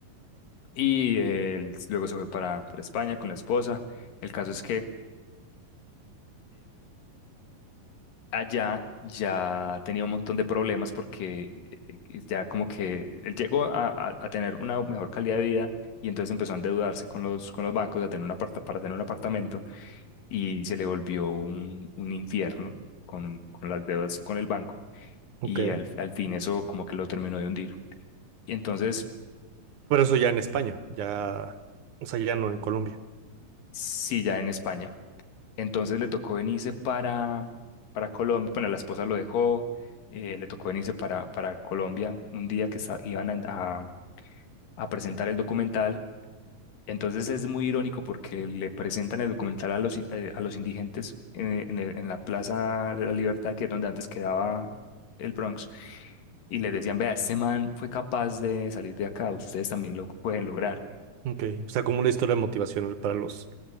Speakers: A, on the left (about 80°); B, on the right (about 70°).
A: Y él luego se fue para, para España con la esposa. El caso es que allá ya tenía un montón de problemas porque eh, eh, ya como que él llegó a, a- a tener una mejor calidad de vida y entonces empezó a endeudarse con los, con los bancos a tener un aparta- para tener un apartamento y se le volvió un, un infierno con, con las deudas con el banco
B: Ok.
A: y al, al fin eso como que lo terminó de hundir. Y entonces,
B: Pero eso ya en España, ya, o sea, ya no en Colombia.
A: sí, ya en España. Entonces le tocó venirse para, para Colombia, bueno, la esposa lo dejó eh, le tocó venirse para, para Colombia un día que sa- iban a, a presentar el documental. Entonces es muy irónico porque le presentan el documental a los, in- eh, a los indigentes en, en el- en la Plaza de la Libertad, que es donde antes quedaba el Bronx, y les decían, vea, este man fue capaz de salir de acá, ustedes también lo pueden lograr.
B: Ok. O sea, como una historia motivacional para los,